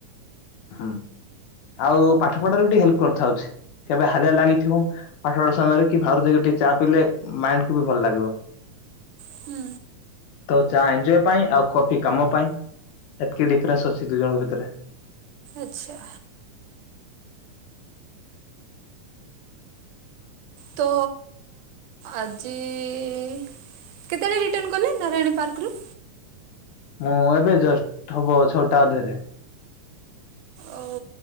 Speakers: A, on the left (about 75°); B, on the right (about 80°).
A: ହୁଁ ଆଉ ପାଠ ପଢାରେ ଟିକେ ହେଲ୍ପ କରିଥାଉଚି କେବେ ହାଲିଆ ଲାଗିଥିବ ପାଠ ପଢା ସମୟରେ କି ବାହାରୁ ଯାଇକି ଟିକେ ଚା ପିଇଲେ ମାଇଣ୍ଡ କୁୁ ବି ଭଲ ଲାଗିବ।
B: ହୁଁ
A: ତ ଚା ଏଞୟ ପାଇଁ ଆଉ କଫି କାମ ପାଇଁ ଏତିକି ଡିଫରେନ୍ସ ଅଛି ଦୁଇ ଜଣଙ୍କ ଭିତରେ
B: ଆଛା ତ ଆଜି କେତେବେଳେ ରିଟର୍ଣ୍ଣ କଲେ ନାରାୟଣୀ ପାର୍କରୁ
A: ମୁଁ ଏବେ ଜଷ୍ଟ ହବ ଛଅଟା ଅଧେରେ
B: ଓ